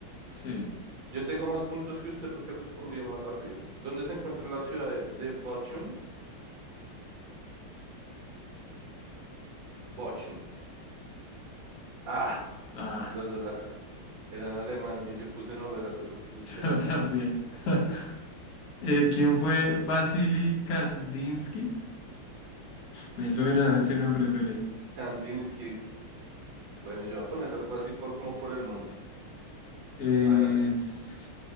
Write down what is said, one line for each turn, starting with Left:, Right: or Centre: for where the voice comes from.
Left: Sí.
Right: Yo tengo más puntos que usted porque respondió más rápido. ¿Dónde se encuentra la ciudad de, de Bochum? Bochum. Ah,
Left: Ah,
Right: los dos la... ca- Eran Alemania. Yo puse Noruega, tú que pusiste...
Left: <laughs> yo
Right: Ana?
Left: también. <laughs> Eh, ¿quién fue Vasily Kandinsky? Me suena ese nombre, Pere.
Right: Kandinsky. Bueno, yo voy a poner algo así por, como por el nombre.
Left: Eh,
Right: Hágale.
Left: s-